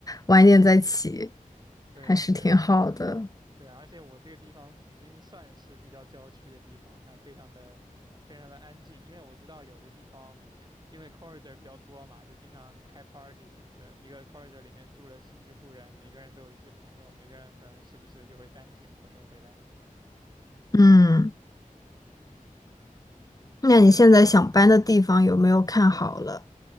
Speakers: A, on the left; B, on the right.
A: 晚一点再起，
B: <laughs> 对啊，
A: 还是挺好的。
B: 对啊，对啊，而且我这个地方已经算是比较郊区的地方了，还非常的非常的安静，因为我知道有的地方因为 corridor 比较多嘛，就经常开 party 什么的，一个 corridor 里面住了十几户人，每个人都有一些朋友，每个人可能时不时地就会带一群朋友回来。
A: 嗯，
B: 嗯。
A: 那你现在想搬的地方有没有看好了？